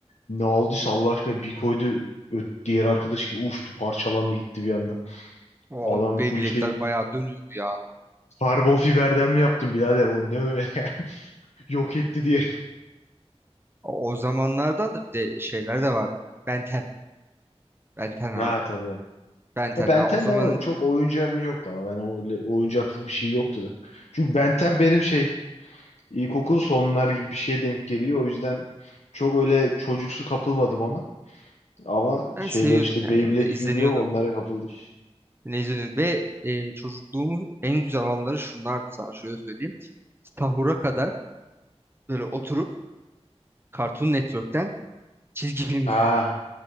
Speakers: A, on the left (about 80°); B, on the right (about 20°).
A: ne aldıysa Allah aşkına bir koydu. Ö- Diğer arkadaş ki uçtu parçalandı gitti bir anda.
B: O
A: Adam
B: Beyblade'ler
A: full şey
B: bayağı dönüyordu ya.
A: karbon fiberden mi yaptın birader o ne öyle <laughs> yok etti diye.
B: O, o zamanlardan da bir de şeyler de vardı. Ben Ten. Ben Ten abi.
A: Ha tabii.
B: Ben Ten.
A: Ha, Benten
B: Ha, o zamanın
A: de ama çok oyuncağım yoktu ama ben o oyuncaklık
B: evet, evet.
A: bir şey yoktu da. Çünkü Benten benim şey ilkokul sonlar gibi bir şeye denk geliyor. O yüzden çok öyle çocuksu kapılmadım ona. Ama
B: ben
A: şeyler
B: seviyordum
A: işte
B: ya
A: Beyblade,
B: yine de izleniyordu.
A: Yu-Gi-Oh onlara kapıldım.
B: Yine izleniyordu. Ve e, çocukluğumun en güzel anları şunlardı sana şöyle söyleyeyim. Sahura kadar böyle oturup Cartoon Network'ten Çizgi film
A: Ha
B: izliyordum.